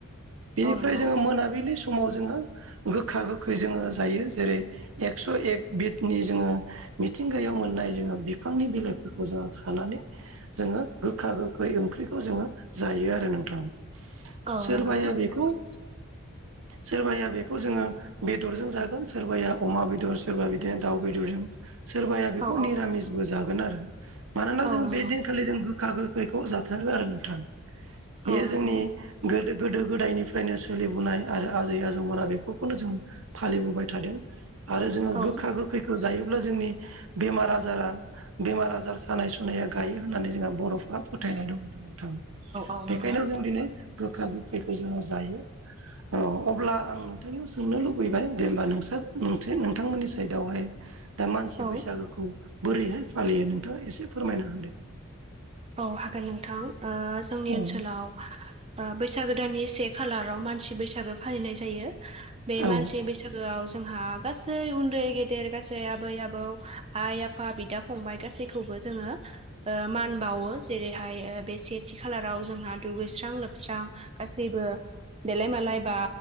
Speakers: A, on the right (about 65°); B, on the right (about 30°).
A: बेनि
B: औ नंगौ
A: ज मोनलि समाव जोङो गोखा गोखै जोङो जायो जेरै एक्स' एक बिदनि जोङो मिथिंगायाव मोननाय जोङो बिफांनि बिलाइफोरखौ जोङो खानानै जोङो गोखा गोखै ओंख्रिखौ जोङो जायो आरो नोंथां।
B: औ
A: सोरबाया
B: नंगौ
A: बेखौ
B: <unintelligible>
A: सोरबाया बेखौ जोङो बेदरजों जागोन सोरबाया अमा बेदर सोरबा बिदिनो दाउ बेदरजों सोरबाया बेखौ
B: औ
A: निरामिसबो जागोन आरो। मानोना
B: औ
A: जों
B: नंगौ
A: बे दिनखालि जों गोखा गोखैखौ जाथारो आरो नोंथां बेयो
B: औ नंगौ
A: जोंनि गोदो गोदो गोदायनिफ्रायनो सोलिबोनाय आरो आजै आजौमोना बेफोरखौनो जों फालिबोबाय थादों। आरो जोङो
B: औ
A: गोखा गोखैखौ जायोब्ला जोंनि बेमार आजारा बेमार आजार सानाय सुनाया गायो होननानै जोंहा बर'फ्रा फोथायनाय दं आरो नोंथां
B: औ नंगौ
A: बेखायनो जों दिनै गोखा गोखैखौ जोङो जायो। औ अब्ला आं नोंथांनियाव सोंनो लुबैबाय जेनबा नोंस नोंथांमोननि साइदआवहाय दा मानसि
B: औ
A: बैसागोखौ बोरैहाय फालियो नोंथाङा एसे फोरमायना होदो
B: औ हागोन नोंथां जोंनि
A: औ
B: ओनसोलाव बैसागोदाननि से खालाराव मानसि बैसागो फालिनाय जायो। बे
A: औ
B: मानसि बैसागु लोगोआव जोंहा गासै उन्दै गेदेर गासै आबै आबौ आइ आफा बिदा फंबाय गासैखौबो जों मान बावो जेरैहाय बे सेथि खालाराव जोंहा दुगैस्रां लोबस्रां गासैबो देलाय मालाय बा